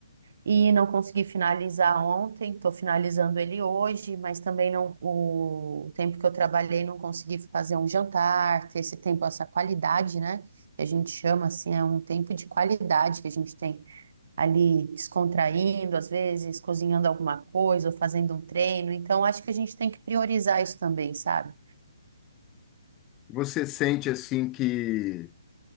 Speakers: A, on the right; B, on the left.
A: e não consegui finalizar ontem, estou finalizando ele hoje, mas também não, o tempo que eu trabalhei não consegui fazer um jantar, ter esse tempo, essa qualidade, né? Que a gente chama assim, é um tempo de qualidade que a gente tem ali descontraindo, às vezes cozinhando alguma coisa ou fazendo um treino. Então, acho que a gente tem que priorizar isso também, sabe?
B: Você sente assim que